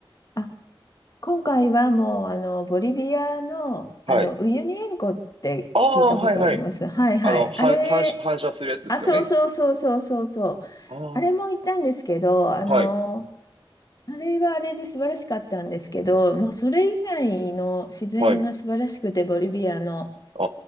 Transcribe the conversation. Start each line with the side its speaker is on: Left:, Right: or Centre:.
Left: あ今回はもうあのボリビアの、
Right: はい。
Left: あのウユニ塩湖って聞いたことあります。
Right: ああ、はいはい。
Left: はいはい。
Right: あの、は、
Left: あれ、
Right: 反射、反射するやつですよね。
Left: あ、そうそうそうそうそうそう。
Right: ああ、
Left: あれも行ったんですけど、あの、
Right: はい、
Left: あれはあれで素晴らしかったんですけど、もうそれ以外の自然が素晴らしくて、
Right: はい。
Left: ボリビアの、
Right: あ